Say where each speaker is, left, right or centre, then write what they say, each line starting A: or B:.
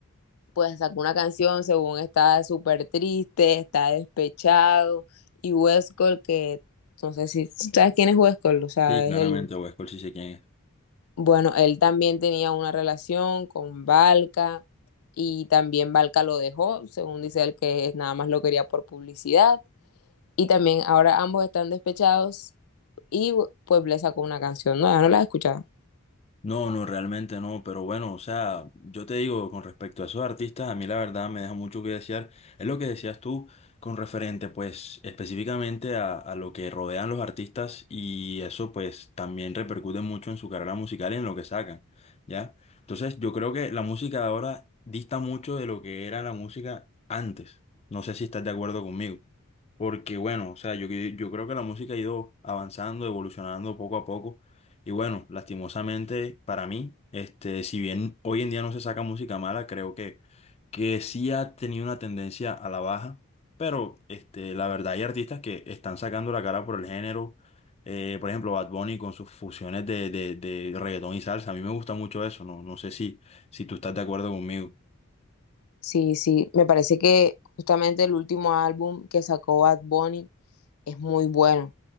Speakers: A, on the left; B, on the left.
A: pues sacó una canción según está súper triste, está despechado, y Westcott, que no sé si sabes quién es Westcott, o sea,
B: Sí, claramente,
A: es el,
B: Westworld sí sé quién es.
A: bueno, él también tenía una relación con Valka, y también Valka lo dejó, según dice él que nada más lo quería por publicidad, y también ahora ambos están despechados, y pues le sacó una canción, no, ya no la he escuchado.
B: No, no, realmente no, pero bueno, o sea, yo te digo, con respecto a esos artistas, a mí la verdad me deja mucho que desear. Es lo que decías tú con referente, pues, específicamente a, a lo que rodean los artistas y eso, pues, también repercute mucho en su carrera musical y en lo que sacan, ¿ya? Entonces, yo creo que la música de ahora dista mucho de lo que era la música antes. No sé si estás de acuerdo conmigo. Porque bueno, o sea, yo, yo creo que la música ha ido avanzando, evolucionando poco a poco. Y bueno, lastimosamente para mí, este, si bien hoy en día no se saca música mala, creo que, que sí ha tenido una tendencia a la baja, pero este, la verdad hay artistas que están sacando la cara por el género, eh, por ejemplo Bad Bunny con sus fusiones de, de, de reggaetón y salsa, a mí me gusta mucho eso, no, no sé si, si tú estás de acuerdo conmigo.
A: Sí, sí, me parece que justamente el último álbum que sacó Bad Bunny es muy bueno.